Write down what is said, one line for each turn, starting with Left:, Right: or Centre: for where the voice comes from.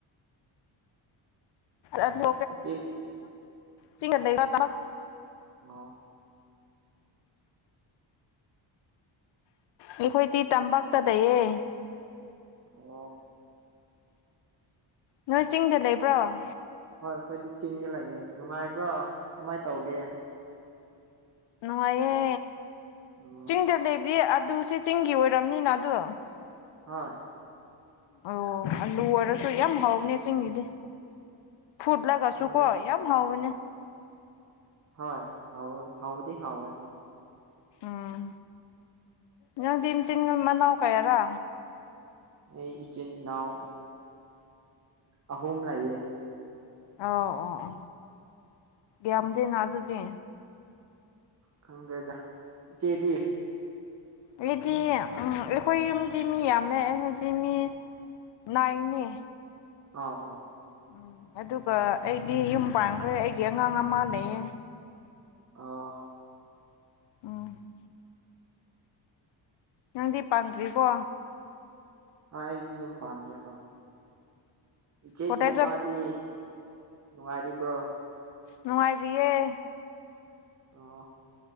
Left: ꯑ ꯂꯦ
Right: ꯏꯆꯦꯗꯤ
Left: ꯆꯗ <inaudible>
Right: ꯑ <unintelligible> <inaudible>
Left: ꯑꯩꯈꯣꯏꯗꯤ ꯇꯄꯥꯛꯛꯇ ꯂꯩꯌꯦ
Right: ꯑꯣ
Left: ꯅꯣꯏ ꯆꯤꯡꯗ ꯂꯩꯕ꯭ꯔꯣ
Right: ꯍꯣꯏ ꯑꯩꯣꯏꯗꯤ ꯆꯤꯡꯖ ꯂꯒꯦ ꯅꯨꯡꯉꯥꯏꯕ꯭ꯔꯣ ꯀꯃꯥꯏꯅ ꯇꯧꯒꯦ
Left: ꯅꯨꯡꯉꯥꯏꯌꯦ
Right: ꯑꯣ
Left: ꯆꯤꯡꯗ ꯂꯩꯗꯤ ꯑꯗꯨꯁꯦ ꯆꯤꯡꯒꯤ ꯑꯣꯏꯔꯕꯅꯤꯅ ꯑꯗꯣ
Right: ꯍꯥ
Left: ꯑꯣ ꯑꯂꯨ ꯑꯣꯏꯔꯁꯨ ꯌꯥꯝ ꯍꯥꯎꯅꯦ ꯆꯤꯡꯒꯤꯗꯤ ꯐꯨꯠꯂꯒꯁꯨꯀꯣ
Right: ꯈꯪꯗ꯭ꯔꯦꯗ
Left: ꯌꯥꯝ ꯍꯥꯎꯕꯅꯦ
Right: ꯍꯣꯏ ꯍꯥꯎ ꯍꯥꯎꯗꯤ ꯍꯥꯎꯣꯏ ꯍ
Left: ꯎꯝ ꯅꯪꯗꯤꯤꯟ ꯆꯤꯟꯒꯨꯝ ꯃꯅꯥꯎ ꯀꯌꯥꯔꯥ
Right: ꯑꯩ ꯏꯆꯤꯟ ꯏꯅꯥꯎ ꯑꯍꯨꯝ ꯂꯩꯌꯦ
Left: ꯑ ꯑꯣ ꯌꯥꯝꯗꯦꯅ ꯑꯗꯨꯗꯤ
Right: ꯈꯪ꯭ꯔꯦꯗ ꯆꯦꯗꯤꯑꯦ
Left: ꯂꯩꯗꯤ <unintelligible> ꯎꯝ ꯑꯩꯈꯣꯏ ꯌꯨꯝꯗꯤ ꯃꯤ ꯌꯥꯝꯃꯦ ꯍꯥꯏꯣꯏꯗꯤ ꯃꯤ ꯅꯥꯏꯅꯦ
Right: ꯑ ꯑ <unintelligible> <inaudible>
Left: ꯎꯝ ꯑꯗꯨꯒ ꯑꯩꯗꯤ ꯌꯨꯝ ꯄꯥꯟꯈ꯭ꯔꯦ ꯑꯩꯒꯤ ꯑꯉꯥꯡ ꯑꯃ ꯂꯩꯌꯦ
Right: ꯑ <unintelligible> <inaudible>
Left: ꯑ <unintelligible> <inaudible> ꯅꯪꯗꯤ ꯄꯥꯟꯗ꯭ꯔꯤꯀꯣ
Right: ꯍꯣꯏ ꯑꯩꯗꯤ ꯌ ꯄꯥꯟꯗ꯭ꯔꯦ ꯍꯣꯏ ꯏꯆꯦꯒꯤ
Left: ꯀꯣꯂꯦꯖ
Right: ꯅꯨꯄꯥꯗꯤ ꯅꯨꯡꯉꯥꯏꯔꯤꯕ꯭ꯔꯣ
Left: ꯅꯨꯡꯉꯥꯏꯔꯤꯌꯦꯌꯦ
Right: ꯑꯣ